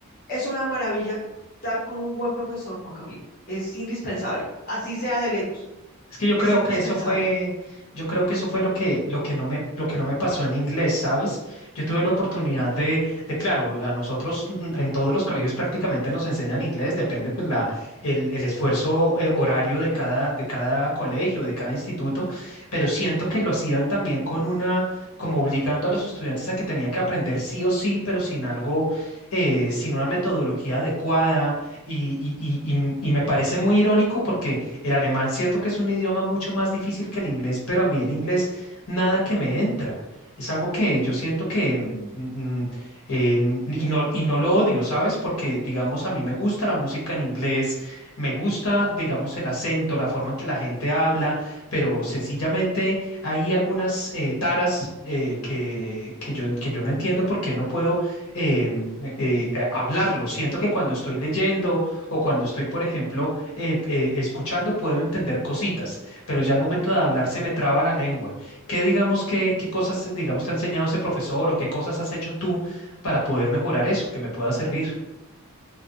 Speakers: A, on the left; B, on the left.
A: es una maravilla estar con un buen profesor, Juan Camilo. Es indispensable, así sea de lejos,
B: Es que yo
A: es
B: creo
A: indispensable.
B: que eso fue, yo creo que eso fue lo que, lo que no me, lo que no me pasó en inglés, ¿sabes? Yo tuve la oportunidad de, de, claro, a nosotros mm, en todos los colegios prácticamente nos enseñan inglés, depende pues la, el, el esfuerzo eh, horario de cada, de cada colegio, de cada instituto, pero siento que lo hacían también con una, como obligando a los estudiantes a que tenían que aprender sí o sí, pero sin algo, eh, sin una metodología adecuada, y, y y- y- y me parece muy irónico porque el alemán, cierto que es un idioma mucho más difícil que el inglés, pero a mí el inglés nada que me entra. Es algo que yo siento que, mm, mm, eh, n- y no, y no lo odio, ¿sabes? Porque, digamos, a mí me gusta la música en inglés, me gusta, digamos, el acento, la forma en que la gente habla, pero sencillamente hay algunas eh, taras eh, que, que yo, que yo no entiendo por qué no puedo em, eh, eh, hablarlo. Siento que cuando estoy leyendo o cuando estoy, por ejemplo, eh, eh, escuchando puedo entender cositas, pero ya al momento de hablar se me traba la lengua. ¿Qué digamos, qué, qué cosas, digamos, te ha enseñado ese profesor o qué cosas has hecho tú para poder mejorar eso, que me pueda servir?